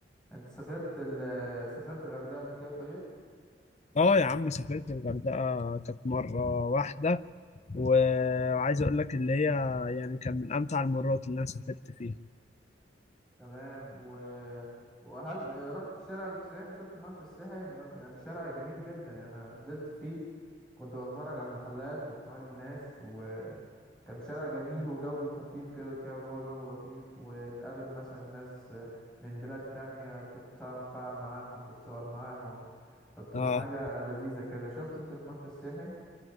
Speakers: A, in the centre; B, on the left.
A: انت سافرت ال... سافرت غردقه قبل كده طيب
B: اه يا عم سافرت الغردقة كانت مرة واحدة و- وعايز اقول لك اللي هي يعني كان من امتع المرات اللي انا سافرت فيها
A: تمام و... وهل آه، رحت شارع السياحي شفت ممشى السياحي م- يعني شارع جميل جدا يعني انا نزلت فيه كنت بتفرج على المحلات وكمان الناس وكان شارع جميل وجو خفيف كده كده جوه جو لطيف وتقابل مثلا ناس آه، من بلاد تانية تتفاعل معاهم تتصور معاهم فبتبقى
B: اه
A: حاجة لذيذة كده شفت انت في ممشى السياحي